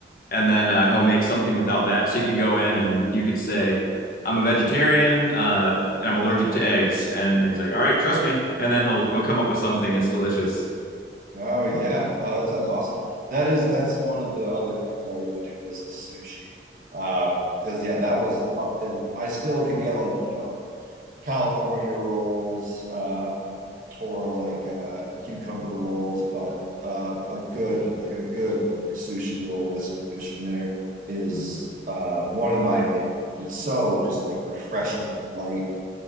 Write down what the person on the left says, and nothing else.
and then uh, he'll make something without that. So you could go in and you could say, "I'm a vegetarian uh, and I'm allergic to eggs," and he's like, "All right, trust me," and then he'll he'll come up with something that's delicious.